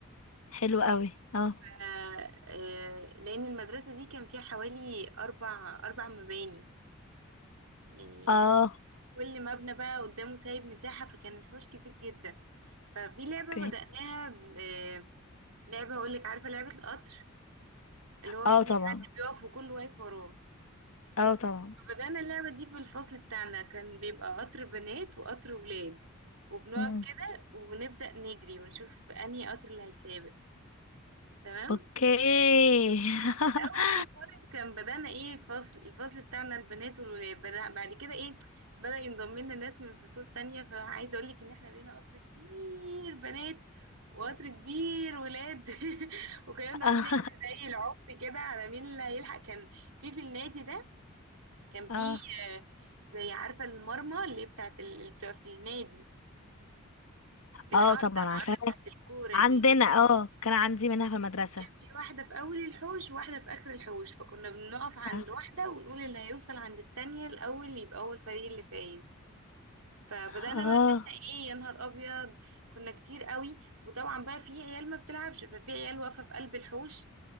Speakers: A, on the left; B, on the right.
A: حلو قوي اه
B: آه، آه، لأن المدرسة دي كان فيها حوالي أربع أربع مباني يعني
A: اه
B: كل مبنى بقى قدامه سايب مساحة فكان الحوش كبير جدا ففي لعبة
A: اوكي
B: بدأناها آه، لعبة هقولك عارفة لعبة القطر اللي هو
A: اه
B: في
A: طبعا
B: حد بيقف وكله واقف وراه
A: اه طبعا
B: بدأنا اللعبة دي بالفصل بتاعنا كان بيبقى قطر بنات وقطر ولاد وبنقف
A: أمم،
B: كده ونبدأ نجري ونشوف أنهي قطر اللي هيسابق تمام
A: اوكي <laughs>
B: الأول خالص كان بدأنا إيه الفصل الفصل بتاعنا البنات والولاد بدأ بعد كده إيه بدأ ينضم لنا ناس من فصول تانية فعايزة أقولك إن إحنا بقينا قطر كبير بنات وقطر كبير ولاد <laughs> وكنا بنقعد
A: اه
B: نجري زي العبط كده على مين اللي هيلحق كان في في النادي ده كان في
A: اه
B: آه، زي عارفة المرمى اللي هي بتاعت ال... اللي بتبقى في النادي العارضة
A: آه، طبعا
B: العارضة
A: عارفاها
B: بتاعت الكورة
A: عندنا
B: دي
A: اه كان عندي منها في المدرسة
B: كان في واحدة في أول الحوش وواحدة في آخر الحوش فكنا بنقف عند
A: اه
B: واحدة ونقول اللي هيوصل عند التانية الأول يبقى هو الفريق اللي فايز فبدأنا
A: آه،
B: بقى إن احنا إيه يا نهار أبيض كنا كتير قوي وطبعا بقى في عيال ما بتلعبش ففي عيال واقفة في قلب الحوش